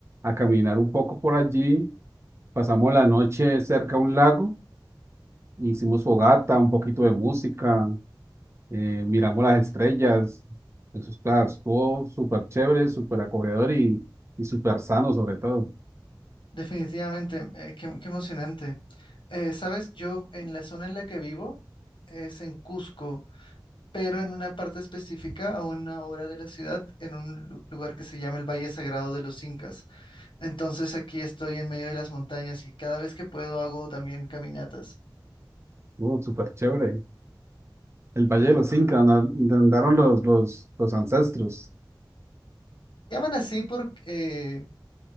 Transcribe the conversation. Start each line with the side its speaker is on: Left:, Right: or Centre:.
Right: a caminar un poco por allí, pasamos la noche cerca a un lago Hicimos fogata, un poquito de música, eh, miramos las estrellas. Eso está, estuvo súper chévere, súper acogedor y, y súper sano sobre todo.
Left: Definitivamente, eh, qué, qué emocionante. Eh, sabes, yo en la zona en la que vivo es en Cusco, pero en una parte específica, a una hora de la ciudad, en un lu- lugar que se llama el Valle Sagrado de los Incas. Entonces aquí estoy en medio de las montañas y cada vez que puedo hago también caminatas.
Right: Estuvo súper chévere. El Valle de los Incas, donde an- donde andaron los, los, los ancestros.
Left: Llaman así porque